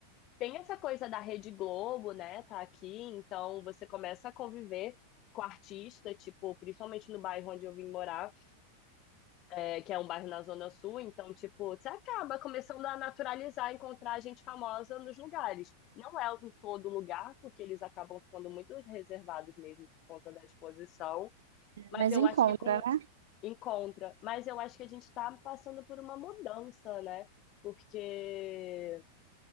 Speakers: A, on the left (about 35°); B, on the right (about 60°).
A: tem essa coisa da Rede Globo, né? Tá aqui, então você começa a conviver com artista, tipo, principalmente no bairro onde eu vim morar é, que é um bairro na Zona Sul, então, tipo, você acaba começando a naturalizar, encontrar gente famosa nos lugares. Não é em todo lugar, porque eles acabam ficando muito reservados mesmo por conta da exposição, mas
B: mas
A: eu
B: encontra,
A: acho que com
B: né?
A: encontra. Mas eu acho que a gente está passando por uma mudança, né? Porque